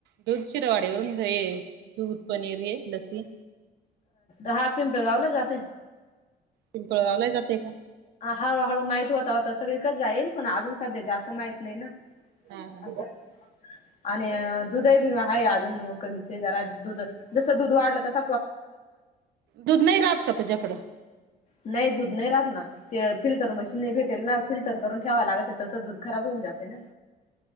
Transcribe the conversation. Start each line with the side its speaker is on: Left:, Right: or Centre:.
Right: दूध शिरवाडीवरून हे दूध पनीर हे लस्सी.
Left: अ हा पिंपळगावला जाते.
Right: पिंपळावला ही जातेय का?
Left: हळू हळू माहित होता होता सगळीकच जाईल पण अजून सध्या जास्त माहित नाही ना
Right: हा हा
Left: असं. आणि दुधही आहे अजून कमीचे जरा दुध जसं दूध वाढलं तस
Right: दूध नाही राहत का तुझ्याकडं?
Left: नाही दूध नाही राहत ना. ते फिल्टर मशीन नाही भेटेल ना फिल्टर करून ठेवा लागत तसं दूध खराब होऊ जाते ना.